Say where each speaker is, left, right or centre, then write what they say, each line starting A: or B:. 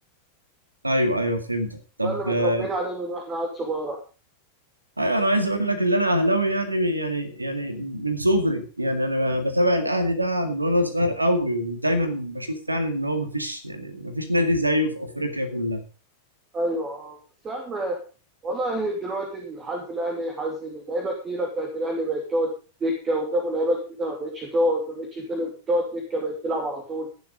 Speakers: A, on the right (about 80°); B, on the right (about 25°).
A: ايوه ايوه فهمتك طب
B: ده اللي متربيين
A: آه،
B: عليه من واحنا عيال صغيره
A: ايوه انا عايز اقول لك ان انا اهلاوي يعني يعني يعني من صغري يعني انا بتابع الاهلي ده من وانا صغير قوي ودايما بشوف فعلا ان هو مفيش يعني مفيش نادي زيه في افريقيا كلها
B: ايوه سام والله دلوقتي الحال في الاهلي حاسس ان اللعيبه التقيله بتاعت الاهلي بقت تقعد دكه وجابوا لعيبه جديده ما بقتش تقعد ما بقتش تل- تقعد دكه بقت تلعب على طول